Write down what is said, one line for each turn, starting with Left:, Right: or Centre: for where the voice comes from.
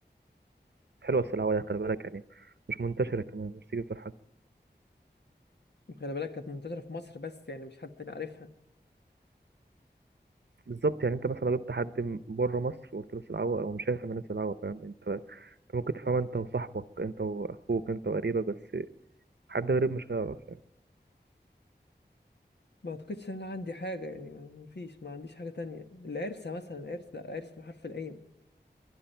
Right: حلوة السلعوة دي خلي بالك يعني مش منتشرة كمان مش تيجي في الحاجة
Left: خلي بالك كانت منتشرة في مصر بس يعني مش حد تاني عارفها
Right: بالظبط يعني انت مثلا لو جبت حد من بره مصر وقلت له العوة او مش هيفهم الناس العوة فاهم انت انت ممكن تفهمها انت وصاحبك انت واخوك انت وقريبك بس حد غريب مش هيعرف يعني
Left: ما اعتقدش ان انا عندي حاجه يعني ما فيش ما عنديش حاجه تانية العرسه مثلا العرس لا العرس بحرف العين